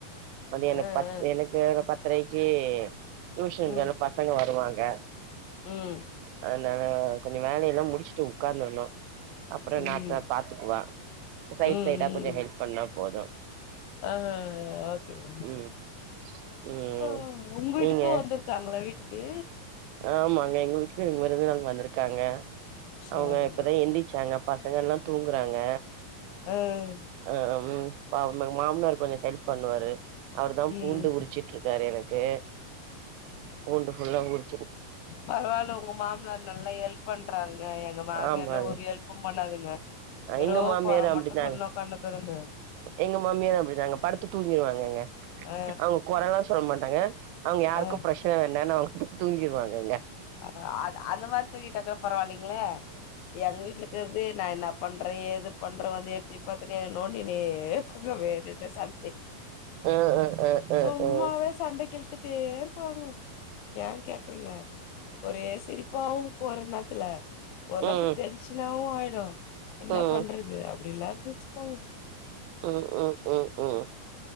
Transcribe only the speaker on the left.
ஆ
ஆ
ம்
ம்
ம்
ம் ம்
ஆ ஓகே ஓகே
ஆ உங்களுக்கு
தூக்கம் வந்து இருக்காங்களா வீட்டுக்கு
சரிங்க
சரி
ம்
ம்
பரவாயில்ல உங்க மாமனார் நல்லா ஹெல்ப் பண்றாங்க எங்க மாமியார்லாம்
ஒரு ஹெல்ப் ஒன்னும் பண்ணாதுங்க வெறும்
கொர
மட்டும் சொல்ல ஒக்காந்துனுக்குதுங்க
ஆ
ஆ
அ அ அந்த மாரி தூங்கிட்டாக்க பரவாயில்லைங்களே எங்க வீட்லருக்கிறது நான் என்ன பண்றேன் ஏது பண்ற வந்து எட்டி பாத்துனே நோண்டினே இருக்குங்க வேணுட்டே சண்டைக்கு
சும்மாவே
சண்டைக்கு இழுத்துட்டே இருப்பங்க ஏன் கேக்கறீங்க ஒரே சிரிப்பாவும் இருக்கு ஒரு நேரத்துல ஒரு நேரத்துக்கு
டென்ஷனாவும் ஆய்டும் என்ன
பண்றது அப்டில்லாம் வச்சிருப்பாங்க